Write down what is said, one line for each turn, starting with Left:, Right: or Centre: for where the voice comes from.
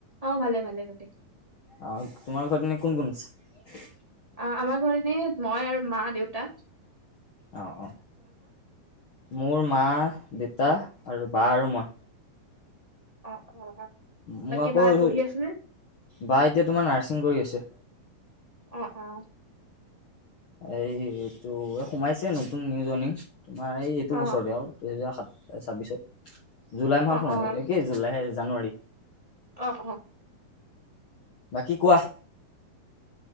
Right: অ' ভালে ভালে ভালে।
Left: অ' তোমাৰ ঘৰত এনে কোন কোন আছে?
Right: আমাৰ ঘৰত এনেই মই আৰু মা-দেউতা।
Left: অ', মোৰ মা, দেউতা আৰু বা আৰু মই।
Right: অ'
Left: মোৰ
Right: বাকী
Left: আকৌ
Right: বাই পঢ়ি আছেনে?
Left: বা এতিয়া তোমাৰ নাৰ্ছিং কৰি আছে।
Right: অ' অ'
Left: এই এইটো এই সোমাইছে নতুন নিউ জইনিং। তোমাৰ এই এইটো
Right: অ
Left: বছৰতে আৰু দুহেজাৰ সাত ছাব্বিছত জুলাই মাহত
Right: অ
Left: সোমাই
Right: অ
Left: কি জুলাইহে, জানুৱাৰী।
Right: অ' অ'
Left: বাকী কোৱা?